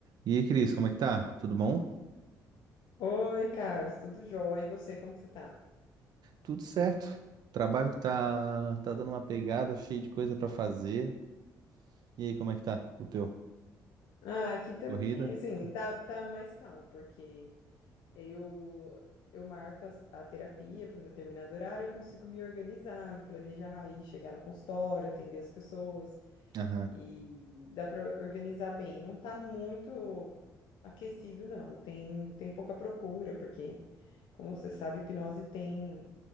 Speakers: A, on the right; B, on the left.
A: E aí, Cris, como é que tá? Tudo bom?
B: Oi, Carlos, tudo jóia? E você, como que você tá?
A: Tudo certo. Trabalho que tá, tá dando uma pegada, cheio de coisa pra fazer. E aí, como é que tá o teu?
B: Ah, aqui também,
A: Corrida?
B: assim,
A: Co-
B: tá, tá mais calmo, porque eu eu marco as- a, terapia para um determinado horário, eu consigo me organizar, me planejar, aí chegar no consultório, atender as pessoas,
A: Aham.
B: e dá para organizar bem. Não tá muito aquecido, não, tem, tem pouca procura, porque, como você sabe, hipnose tem